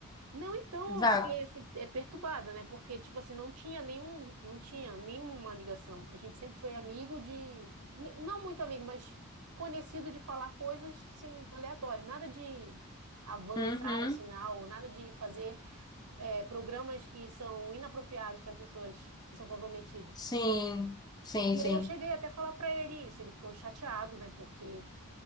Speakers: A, on the right (about 80°); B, on the left (about 20°).
A: não, então, eu
B: Vá.
A: fiquei assim, é, perturbada, né? Porque, tipo assim, não tinha nenhum, não tinha nenhuma ligação. A gente sempre foi amigo de. ne- Não muito amigo, mas conhecido de falar coisas, sim, aleatórias. Nada de avançar
B: Uhum.
A: o sinal, nada de fazer é, programas que são inapropriados para pessoas que são comprometidas.
B: Sim, sim,
A: E
B: sim.
A: aí eu cheguei até a falar para ele isso, ele ficou chateado, né, porque